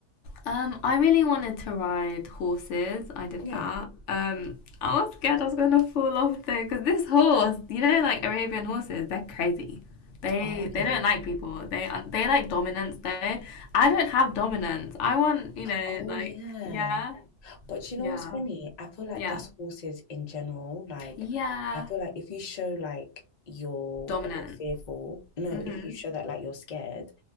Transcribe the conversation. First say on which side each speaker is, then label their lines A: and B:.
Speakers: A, on the left; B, on the left.
A: Um, I really wanted to ride horses. I did
B: Okay.
A: that. Um, I was scared I was gonna fall off though, because this horse, you know, like Arabian horses, they're crazy. They
B: Are they?
A: they don't like people. They they like dominance though. I don't have dominance. I want, you know,
B: Oh
A: like
B: yeah.
A: yeah,
B: But you
A: yeah,
B: know what's funny? I feel like
A: yeah,
B: that's horses in general. Like,
A: yeah,
B: I feel like if you show like you're
A: dominant.
B: a bit fearful, no,
A: Mhm.
B: if you show that like you're scared,